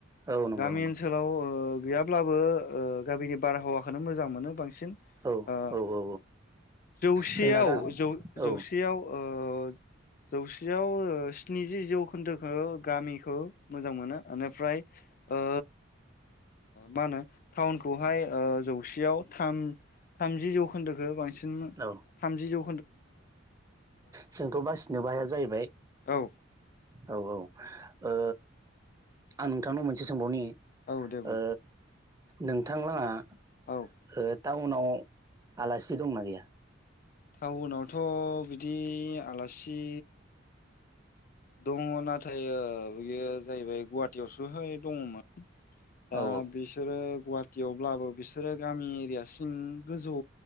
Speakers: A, on the right; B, on the left.
A: औ नंगौ
B: गामि
A: नंगौ
B: ओन सोलाव ओ गैयाब्लाबो ओ गामिनि बारहावाखौनो मोजां मोनो बांसिन,
A: औ
B: <unintelligible> ओ जौ
A: औ औ
B: जौसेयाव
A: जोंना गाहाम
B: जौ जौ जौसेयाव,
A: औ
B: ओ जौसेयाव स्निजि जौखोन्दोखौ गामिखौ मोजां मोनो फ्राय ओ मा होनो टाउनखौहाय ओ जौसेयाव, याव जौसेयाव थामजि जौखौन्दोखौ बांसिन
A: औ
B: थामजि जौ
A: जोंथ' बासिनोबोहाया जाहैबाय,
B: औ
A: औ औ ओ आं नोंथांनाव मोनसे सोंबावनि,
B: औ दे बुं
A: ओ नोंथां लांङा
B: औ
A: ओ टाउनाव आलासि दंना गैया?
B: टाउनावथ' बिदि आलासि, दङ नाथाय बियो जाहैबाय गुवाहाटियावसोहाय दङमोन, दा
A: औ
B: बिसोरो गुवा टिब्लाबो बिसोरो गामि एरिया सिं गोजौ